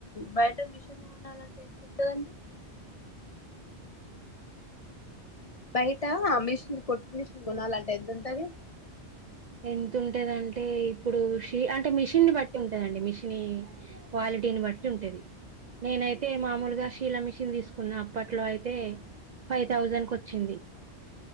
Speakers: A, on the left; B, on the right.
A: బయట మిషన్ కొనాలంటే ఎంత ఉంటదండి బయట ఆ మిషన్ కొట్టి మిషన్ కొనాలంటే ఎంత ఉంటది
B: ఎంత ఉంటేదింటే ఇప్పుడు ష అంటే మిషిన్ బట్టి ఉంటదండి మెషినీ క్వాలిటీని బట్టి ఉంటేది నేనైతే మామూలు గా శీలా మిషన్ తీసుకున్నా పట్లో అయితే ఫైవ్ థౌజండ్ కు వచ్చింది